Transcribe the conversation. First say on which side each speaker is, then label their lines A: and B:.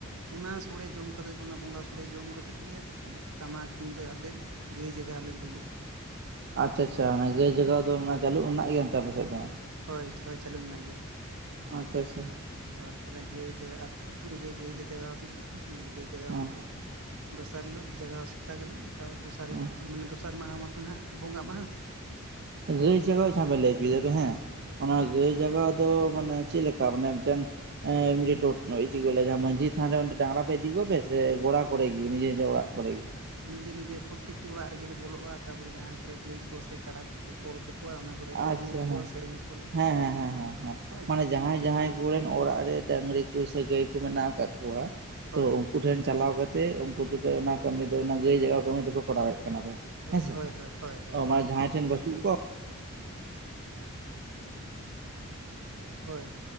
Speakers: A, on the right; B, on the right.
A: ᱚᱱᱟ ᱥᱚᱲᱮ ᱡᱚᱢ ᱠᱟᱛᱮᱫ ᱜᱮ ᱚᱱᱟ ᱵᱚᱸᱜᱟ ᱥᱚᱲᱮ ᱡᱚᱢ ᱠᱟᱛᱮᱫ ᱜᱮ, ᱼᱼ ᱴᱟᱢᱟᱠ ᱛᱩᱢᱫᱟᱹᱜ ᱟᱛᱮᱫ ᱜᱟᱹᱭ ᱡᱟᱜᱟᱣ ᱞᱮ ᱩᱰᱩᱠᱚᱜᱼᱟ᱾
B: ᱟᱪᱪᱷᱟ ᱟᱪᱪᱷᱟ ᱜᱟᱹᱭ ᱡᱟᱜᱟᱣ ᱫᱚ ᱪᱟᱹᱞᱩ ᱢᱮᱱᱟᱜ ᱜᱮᱭᱟ ᱚᱱᱛᱮ ᱟᱯᱮ ᱥᱮᱫ ᱫᱚ?
A: ᱦᱳᱭ ᱦᱳᱭ ᱪᱟᱹᱞᱩ ᱢᱮᱱᱟᱜ ᱜᱮᱭᱟ᱾
B: ᱟᱪᱪᱷᱟ ᱟᱪᱪᱷᱟ
A: ᱚ ᱛᱟᱦᱞᱮ ᱜᱟᱹᱭ ᱡᱟᱜᱟᱣ ᱟᱹᱛᱩ ᱨᱮᱜᱮ ᱜᱟᱹᱭ ᱞᱮ ᱡᱟᱜᱟᱣ ᱠᱮᱫ ᱠᱚᱜᱮ ᱜᱟᱹᱭ ᱡᱟᱜᱟᱣ
B: ᱦᱮᱸ
A: ᱠᱟᱛᱮᱫ ᱫᱚᱥᱟᱨ ᱦᱤᱞᱳᱜ ᱡᱟᱜᱟᱣ ᱥᱮᱛᱟ ᱜᱮᱞᱮ ᱫᱚᱥᱟᱨ
B: ᱦᱮᱸ
A: ᱦᱤᱞᱳᱜ ᱢᱟᱱᱮ ᱫᱚᱥᱟᱨ ᱢᱟᱦᱟ ᱢᱟᱛᱚ ᱱᱟᱦᱟᱜ ᱵᱚᱸᱜᱟᱜ ᱢᱟᱦᱟ᱾
B: ᱜᱟᱹᱭ ᱡᱟᱜᱟᱣ ᱡᱟᱸᱦᱟᱵᱤᱱ ᱞᱟᱹᱭ ᱦᱚᱪᱚᱭ ᱫᱟᱵᱤᱱ ᱦᱟᱸᱜ᱾
A: ᱦᱮᱸ
B: ᱡᱟᱭᱟᱣ ᱫᱚ ᱢᱟᱱᱮ ᱪᱮᱫ ᱞᱮᱠᱟ ᱢᱟᱱᱮ ᱢᱤᱫᱴᱮᱱ ᱮ <inaudible> ᱢᱟᱡᱷᱤ ᱛᱷᱟᱱ ᱨᱮ ᱰᱟᱝᱨᱟ ᱯᱮ ᱤᱫᱤ ᱠᱚ ᱜᱮᱭᱟ ᱯᱮ ᱥᱮ ᱜᱚᱲᱟ ᱠᱚᱨᱮ ᱜᱮ ᱱᱤᱡᱮ ᱱᱤᱡᱮ ᱚᱲᱟᱜ ᱠᱚᱨᱮ ᱜᱮ᱾
A: ᱱᱤᱡᱮ ᱱᱤᱡᱮ ᱯᱨᱚᱛᱛᱮᱠᱴᱤ ᱚᱲᱟᱜ ᱨᱮᱜᱮ ᱞᱮ ᱵᱚᱞᱚᱜᱼᱟ ᱛᱟᱯᱚᱨᱮ ᱡᱟᱦᱟᱸ ᱠᱚᱨᱮ ᱜᱟᱹᱭ ᱠᱚ ᱥᱮ ᱠᱟᱰᱟ ᱠᱚ ᱛᱚᱞ ᱠᱟᱠᱚᱣᱟ ᱚᱱᱟ ᱛᱟᱨᱯᱚᱨᱮ ᱞᱮ
B: ᱟᱪᱪᱷᱟ
A: ᱨᱩ ᱟᱠᱚᱣᱟ
B: ᱦᱮᱸ
A: ᱥᱮᱨᱮᱧ ᱟᱠᱚᱣᱟᱞᱮ
B: ᱦᱮᱸ
A: ᱠᱟᱹᱴᱤᱡ
B: ᱦᱮᱸ ᱦᱮᱸ ᱦᱮᱸ ᱦᱮᱸ
A: ᱦᱳᱭ᱾
B: ᱢᱟᱱᱮ ᱡᱟᱦᱟᱸᱭ ᱡᱟᱦᱟᱸᱭ ᱠᱚᱨᱮᱱ ᱚᱲᱟᱜ ᱨᱮ ᱰᱟᱺᱝᱨᱤ ᱠᱚ ᱥᱮ ᱜᱟᱹᱭ ᱠᱚ ᱢᱮᱱᱟᱜ ᱟᱠᱟᱫ ᱠᱚᱣᱟ
A: ᱦᱳᱭ
B: ᱛᱚ ᱩᱱᱠᱩ ᱴᱷᱮᱱ ᱪᱟᱞᱟᱣ ᱠᱟᱛᱮᱫ ᱩᱱᱠᱩ ᱫᱚᱯᱮ ᱚᱱᱟ ᱠᱟᱹᱢᱤ ᱫᱚ ᱚᱱᱟ ᱜᱟᱹᱭ ᱡᱟᱜᱟᱣ ᱠᱟᱹᱢᱤ ᱫᱚᱯᱮ ᱠᱚᱨᱟᱣ᱾ ᱠᱟᱱᱟᱯᱮ ᱦᱮᱸᱥᱮ
A: ᱦᱳᱭ ᱦᱳᱭ ᱦᱳᱭ ᱦᱳᱭ
B: ᱢᱟᱱᱮ ᱡᱟᱦᱟᱸᱭ ᱴᱷᱮᱱ ᱵᱟᱹᱪᱩᱜ ᱠᱚᱣᱟ
A: ᱦᱳᱭ